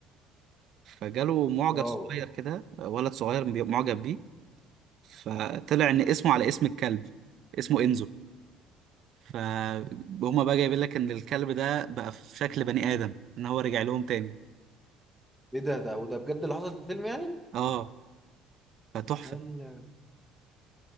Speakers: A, on the right (about 50°); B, in the centre.
A: فجاله معجب
B: واو
A: صغير كده آه، ولد صغير بي- معجب بيه فطلع ان اسمه على اسم الكلب اسمه انزو فهما بقى جايبين لك ان الكلب ده بقى في شكل بني ادم ان هو رجع لهم تاني
B: إيه ده ده وده بجد اللي حصل في الفيلم يعني؟
A: اه فتحفه
B: هلا